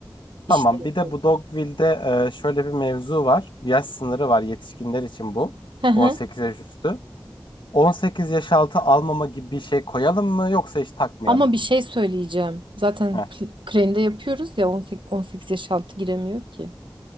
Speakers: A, on the right; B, on the left.
A: işler
B: Tamam.
A: yapıyoruz.
B: Bir de bu Dogville'de e, şöyle bir mevzu var. Yaş sınırı var yetişkinler için bu.
A: Hı hı.
B: 18 yaş üstü. 18 yaş altı almama gibi bir şey koyalım mı yoksa hiç takmayalım
A: Ama
B: mı?
A: bir şey söyleyeceğim. Zaten
B: Heh.
A: kl- Crane'de yapıyoruz ya 18, 18 yaş altı giremiyor ki.